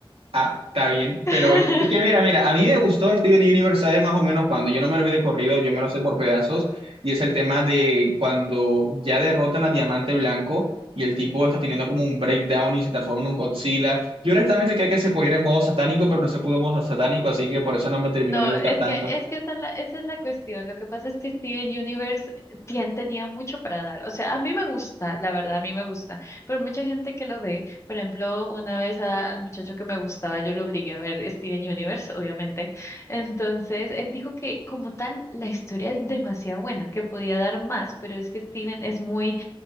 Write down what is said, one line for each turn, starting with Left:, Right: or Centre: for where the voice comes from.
Right: Ah, está bien,
Left: <laughs>
Right: pero es que mira, mira, a mí me gustó Steven Universe, ¿sabes? Más o menos cuando yo no me lo vi de corrido, yo me lo sé por pedazos, y es el tema de cuando ya derrotan a Diamante Blanco y el tipo está teniendo como un breakdown y se transforma en un Godzilla. Yo honestamente creía que se podía ir en modo satánico, pero no se pudo en modo satánico, así que por eso no me terminó
Left: No,
Right: de gustar
Left: es
Right: tanto.
Left: que, es que esa es la, esa es la cuestión. Lo que pasa es que Steven Universe eh, tien- tenía mucho para dar. O sea, a mí me gusta, la verdad, a mí me gusta. Pero mucha gente que lo ve, por ejemplo, una vez a- al muchacho que me gustaba, yo lo obligué a ver Steven Universe, obviamente. Entonces, él dijo que como tal, la historia es demasiado buena, que podía dar más, pero es que Steven es muy